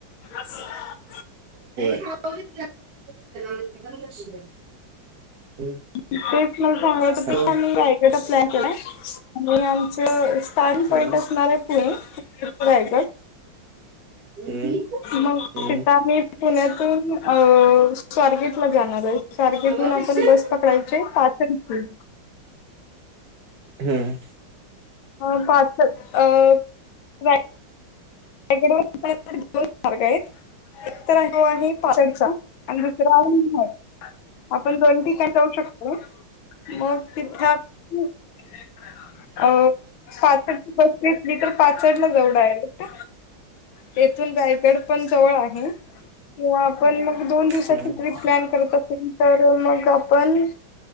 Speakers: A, on the left; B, on the right.
A: <unintelligible>
B: <inaudible> हम्म
A: तेच मला सांगायचं
B: हॅलो
A: <unintelligible> प्लॅन आणि आमचं स्टारींन
B: हा
A: पॉइंट असणार आहे पुणे, रायगड
B: हम्म
A: मग
B: हम्म
A: सीता मी पुण्यात आवो स्वारगेट ला जाणार आहे. स्वारगेटहुन
B: हम्म
A: आपण बस पकडायची पार्सल घेऊन.
B: हम्म.
A: हो पार्सल अ <unintelligible> <unintelligible> मार्ग आहेत. एकतर <unintelligible> आहे पाचडचा आणि दुसरा आहे <unintelligible> आपण दोन ठिकाण जाऊ. <unintelligible> मग तिथं <unintelligible> अ पाचडची बस भेटली तर पाचड ला जाऊ. डायरेक्ट तेथून रायगड पण जवळ आहे. किंवा आपण मग दोन दिवसाची
B: हम्म हम्म हम्म हम्म
A: ट्रिप
B: हम्म.
A: प्लॅन करत असेल तर मग आपण